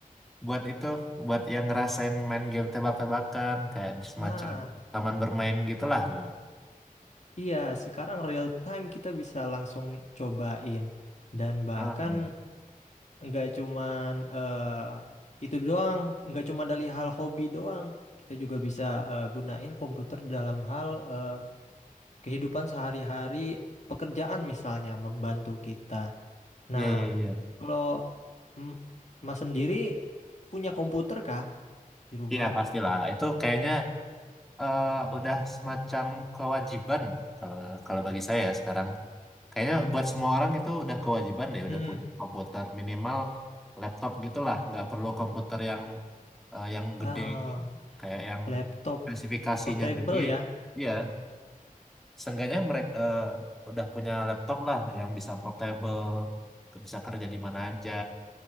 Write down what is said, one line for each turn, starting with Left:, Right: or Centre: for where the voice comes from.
Centre: buat itu, buat yang ngerasain main game tebak-tebakan kayak semacam
Left: Ah,
Centre: taman bermain gitulah gitu. loh.
Left: iya, sekarang real time kita bisa langsung cobain dan bahkan
Centre: Heeh.
Left: nggak cuman eh itu doang, nggak cuma dari hal hobi doang. Kita juga bisa eh, gunain komputer dalam hal eh, kehidupan sehari-hari, pekerjaan misalnya membantu kita. Nah,
Centre: Iya, iya, iya.
Left: kalau mm, Mas sendiri punya komputer kah di rumah?
Centre: Iya, pastilah. Itu kayaknya eh, udah semacam kewajiban kalau kalau bagi saya sekarang Kayaknya buat semua orang itu udah kewajiban deh,
Left: Hmm,
Centre: udah punya komputer minimal laptop gitulah, nggak perlu komputer yang eh, yang
Left: ah,
Centre: gede kayak yang
Left: laptop
Centre: spesifikasinya
Left: portable
Centre: gede.
Left: ya.
Centre: Iya, seenggaknya mereka udah punya laptop lah yang bisa portable, ke- bisa kerja di mana aja.